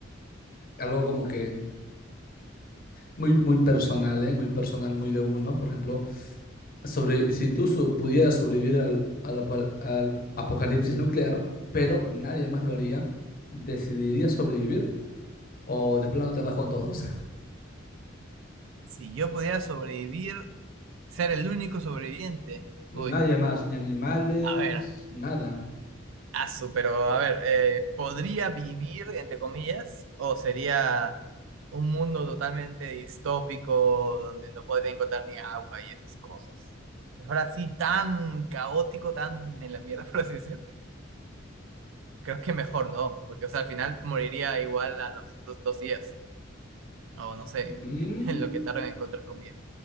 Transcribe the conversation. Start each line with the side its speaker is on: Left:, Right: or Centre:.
Left: <sighs> algo como que muy, muy personal, ¿eh? Muy personal, muy de uno, por ejemplo, sobre, si tú so- pudieras sobrevivir al, al apa- al apocalipsis nuclear, pero nadie más lo haría, ¿decidirías sobrevivir o de plano te vas con todos? <laughs>
Right: Si yo pudiera sobrevivir, ser el único sobreviviente.
Left: Nadie
Right: Uy,
Left: más, ni animales,
Right: a ver,
Left: nada.
Right: asu, pero a ver, eh, ¿podría vivir, entre comillas, o sería un mundo totalmente distópico donde no podría encontrar ni agua y esas cosas? Ahora sí, tan caótico, tan en la mierda, <laughs> por así decirlo. creo que mejor no, porque o sea, al final moriría igual a los dos, dos días, o no sé,
Left: Mm.
Right: en, <laughs> en lo que tardan en encontrar comida.